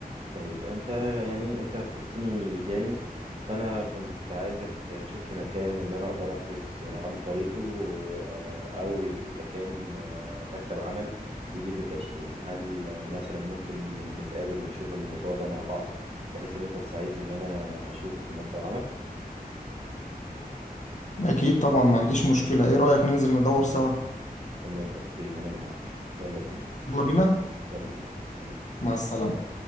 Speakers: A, on the right (about 35°); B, on the left (about 50°).
A: طيب انت يعني انت فدتني جامد فانا كنت عايزك تشوف لي مكان ان انا اقدر احجز عن طريقه و- او يجي- مكان آه، مكتب عمل يجيب لي تأشيرة هل آه، مثلا ممكن نتقابل ونشوف الموضوع ده مع بعض بحيث ان انت تساعدني ان انا اشوف مكتب عمل
B: اكيد طبعا ما عنديش مشكلة ايه رأيك ننزل ندور سوا
A: تمام اوكي انا معاك يلا بينا
B: يلا بينا
A: يلا بينا سلام
B: مع السلامة